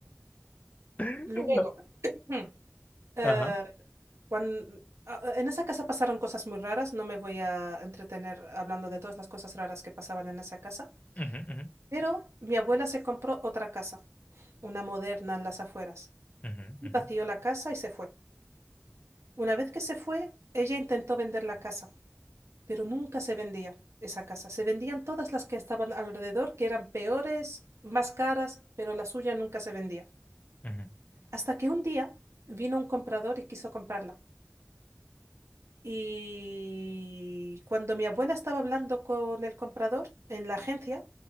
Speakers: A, on the left; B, on the right.
A: <laughs>
B: Luego, <clears throat> eh,
A: Ajá.
B: cuan- a- a- en esa casa pasaron cosas muy raras, no me voy a entretener hablando de todas las cosas raras que pasaban en esa casa,
A: ujú, ujú,
B: pero mi abuela se compró otra casa, una moderna en las afueras,
A: ujú,
B: y
A: ujú,
B: vació la casa y se fue. Una vez que se fue, ella intentó vender la casa. pero nunca se vendía esa casa. Se vendían todas las que estaban alrededor, que eran peores, más caras, pero la suya nunca se vendía.
A: ujú.
B: Hasta que un día vino un comprador y quiso comprarla. Y cuando mi abuela estaba hablando con el comprador en la agencia,